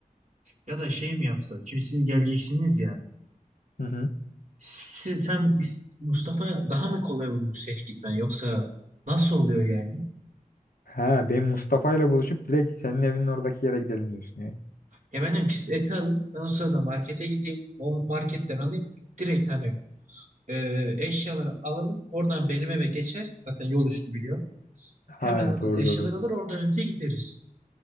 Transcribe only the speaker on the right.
Ya da şey mi yapsak? Şimdi siz geleceksiniz ya.
Siz, sen Mustafa daha mı kolay olur senin gitmen yoksa nasıl oluyor yani?
Ya ben diyorum ki siz eti alın ben o sırada markete gideyim o marketten alayım direkt hani e, eşyaları alalım oradan benim eve geçer zaten yol üstü biliyor.
Hemen oradan
eşyaları
alır oradan öte gideriz.